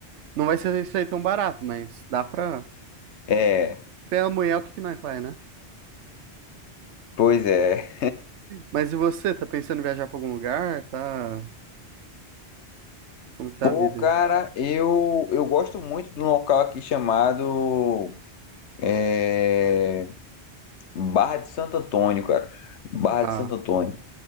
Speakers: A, on the right; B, on the left.
A: Não vai ser isso aí tão barato, mas dá pra...
B: É,
A: Pela mulher, o que que nós faz, né?
B: pois é.
A: Mas e você, tá pensando em viajar pra algum lugar? Tá... Como que tá
B: Pô,
A: a vida
B: cara,
A: aí?
B: eu, eu gosto muito de um local aqui chamado é, Barra de Santo Antônio, cara. Barra
A: Tá.
B: de Santo Antônio.